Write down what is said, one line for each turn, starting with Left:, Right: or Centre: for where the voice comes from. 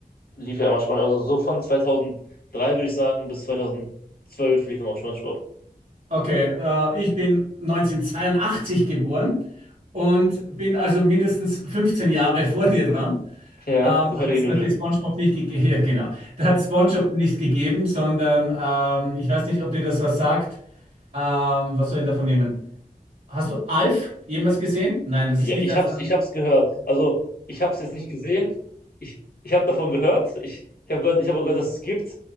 Left: lief ja immer SpongeBob. Also so von 2003 würde ich sagen bis 2012 lief immer SpongeBob.
Right: Okay, äh, ich bin 1982 geboren und bin also mindestens 15 Jahre vor dir dran.
Left: Ja,
Right: Ähm,
Left: so fertige
Right: hat es
Left: Nudel.
Right: natürlich SpongeBob nicht gegeben. <laughs> Ja, genau. Da hat SpongeBob nicht gegeben, sondern ähm, ich weiß nicht, ob dir das was sagt. Ähm, was soll ich denn davon nehmen? Hast du Alf jemals gesehen? Nein, das
Left: Ja,
Right: ist nicht.
Left: ich
Right: Also,
Left: hab's, ich hab's gehört. Also, ich hab's jetzt nicht gesehen. Ich, ich habe davon gehört. Ich, ich habe gehört, ich habe auch gehört, dass es gibt.